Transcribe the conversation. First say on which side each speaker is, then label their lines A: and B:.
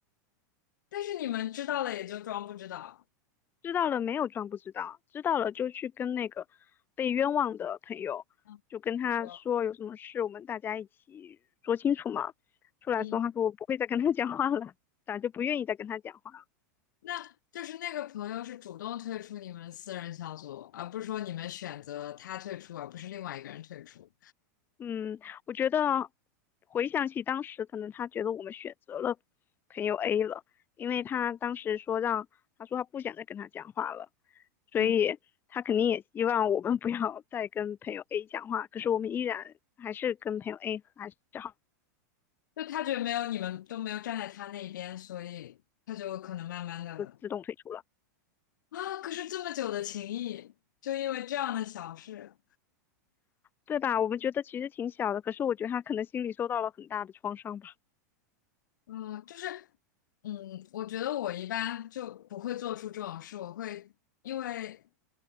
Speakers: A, on the left; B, on the left.
A: 但是你们知道了也就装不知道。
B: 知道了没有装不知道，知道了就去跟那个被冤枉的朋友，
A: 嗯，
B: 就跟他说有什么事，
A: 说。
B: 我们大家一起说清楚嘛。出来说，
A: 嗯。
B: 他说我不会再跟他 <laughs> 讲话了，咋就不愿意再跟他讲话了
A: 那就是那个朋友是主动退出你们私人小组，而不是说你们选择他退出，而不是另外一个人退出。
B: 嗯，我觉得回想起当时，可能他觉得我们选择了朋友 A 了，因为他当时说让他说他不想再跟他讲话了，所以他肯定也希望我们
A: 嗯，
B: <laughs> 不要再跟朋友 A 讲话。可是我们依然还是跟朋友 A 还是好。
A: 就他觉得没有你们都没有站在他那边，所以他就可能慢慢的
B: 自动退出了，
A: 啊，可是这么久的情谊，就因为这样的小事，
B: 对吧？我们觉得其实挺小的，可是我觉得他可能心里受到了很大的创伤吧。
A: 嗯，就是嗯，我觉得我一般就不会做出这种事，我会因为